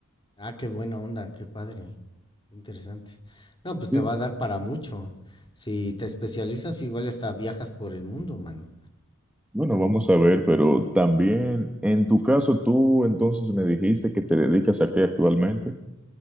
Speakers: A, on the left; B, in the centre.
A: Ah, qué buena onda, qué padre. Interesante. No,
B: Sí,
A: pues te va a dar para mucho. Si te especializas, igual hasta viajas por el mundo, mano.
B: bueno, vamos a ver, pero también en tu caso, tú entonces me dijiste que te dedicas a qué actualmente.